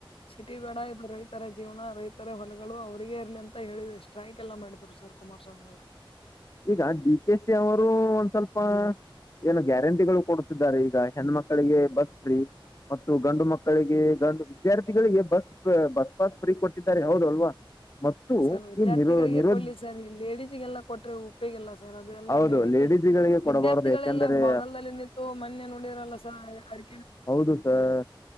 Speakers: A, on the left; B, on the left.
A: ಸಿಟಿ ಬೇಡ ಇದು ರೈತರ ಜೀವನ ರೈತರ ಹೊಲಗಳು ಅವ್ರರಿಗೆ ಇರ್ಲಿ ಅಂತ ಹೇಳಿ ಸ್ಟ್ರೈಕ್ ಎಲ್ಲಾ ಮಾಡಿದ್ರು ಸರ್. ಸರ್ ಕುಮಾರ್ ಸ್ವಾಮಿ ಅವ್ರು.
B: ಈಗ ಡಿ ಕೆ ಸಿ ಅವ್ರು ಒಂದ್ ಸ್ವಲ್ಪ ಏನು ಗ್ಯಾರಂಟಿಗಳು ಕೊಡ್ ಈಗ ಹೆಣ್ಣ್ ಮಕ್ಕಳಿಗೆ ಬಸ್ ಫ್ರೀ ಮತ್ತು ಗಂಡು ಮಕ್ಕಳಿಗೆ ಗಂಡು ವಿದ್ಯಾರ್ಥಿಗಳಿಗೆ ಬಸ್ ಬಸ್ ಪಾಸ್ ಫ್ರೀ ಕೊಟ್ಟಿದ್ದಾರೆ ಹೌದು ಅಲ್ವಾ. ಮತ್ತು
A: ಸರ್ ವಿದ್ಯಾರ್ಥಿಗಳಿಗೆ
B: ಈ ನಿರೋ ನಿರೋದ್
A: ಕೊಡ್ಲಿ ಸರ್ ಈ ಲೇಡೀಸ್ಗೆಲ್ಲ ಕೊಟ್ರೆ ಉಪಯೋಗಿಲ್ಲ ಸರ್ ಅದೆಲ್ಲಾ
B: ಹೌದು
A: ಲೇಡೀಸ್
B: ಲೇಡೀಸ್ಗಳಿಗೆ
A: ವಿದ್ಯಾರ್ಥಿಗಳೆಲ್ಲ
B: ಕೊಡಬಾರದು ಯಾಕೆಂದರೆ
A: ಬಾಗಲ್ದಲ್ಲಿ ನಿಂತು ಮೊನ್ನೆ ನುಡಿಯರೆಲ್ಲ ಸರ್ ಅರ್
B: ಹೌದು ಸರ್